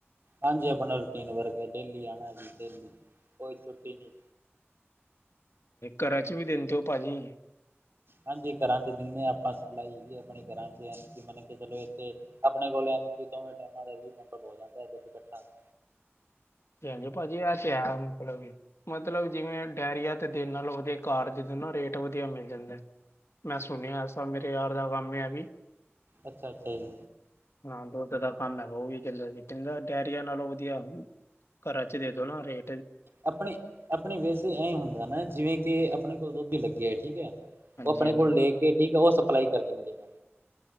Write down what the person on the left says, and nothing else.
ਘਰਾਂ ਚ ਵੀ ਦਿੰਦੇ ਉਹ ਪਾਣੀ।
ਹਾਂਜੀ ਭਾਜੀ ਆ ਤੇ ਹੈ। ਚਲ ਜ ਮਤਲਬ ਜਿਵੇਂ ਡਾਇਅਰੀਆਂ ਤੇ ਦੇਨ ਨਾਲੋਂ ਵਧੀਆ ਘਾਰ ਦੇਦੋ ਨਾ ਰੇਟ ਵਧੀਆ ਮਿਲ ਜਾਂਦਾ ਏ। ਮੈਂ ਸੁਣਿਆ ਐਸਾ ਮੇਰੇ ਯਾਰ ਦਾ ਕੰਮ ਏ ਵੀ
ਹਾਂ, ਦੁੱਧ ਦਾ ਕੰਮ ਹੈਗਾ, ਉਹ ਵੀ ਚ <inaudible> ਕਹਿੰਦਾ, ਡੈਰੀਆਂ ਨਾਲੋਂ ਵਧੀਆ ਘਰਾ'ਚ ਦੇਦੋ ਨਾ, ਰੇ
ਹਾਂਜੀ
ਹਾਂਜੀ